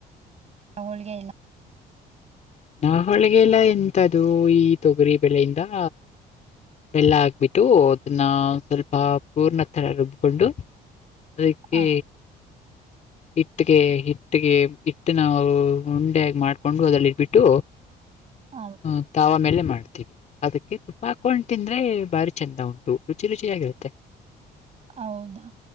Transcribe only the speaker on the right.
<inaudible> ಹೋಳಿಗೆ ಎಲ್ಲ
ಹ
ಹೌ
ಹೌದಾ